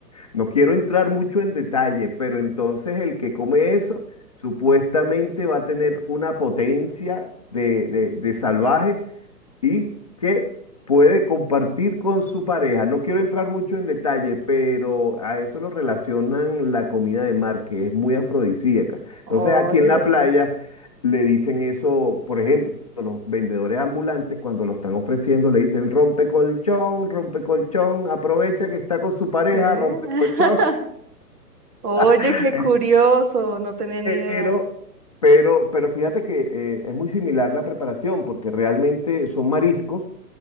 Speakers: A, on the left; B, on the right.
A: No quiero entrar mucho en detalle, pero entonces el que come eso supuestamente va a tener una potencia de, de- de salvaje y que puede compartir con su pareja. No quiero entrar mucho en detalle, pero a eso lo relacionan la comida de mar, que es muy afrodisíaca. Entonces
B: Oye.
A: aquí en la playa le dicen eso, por ejemplo, los vendedores ambulantes cuando lo están ofreciendo le dicen rompe colchón, rompe colchón, aprovecha que está con su pareja,
B: ¿Eh?
A: rompe
B: <laughs>
A: colchón.
B: Oye,
A: <laughs>
B: qué curioso, no tenía ni idea.
A: Pero... Pero, pero fíjate que eh, es muy similar la preparación, porque realmente son mariscos,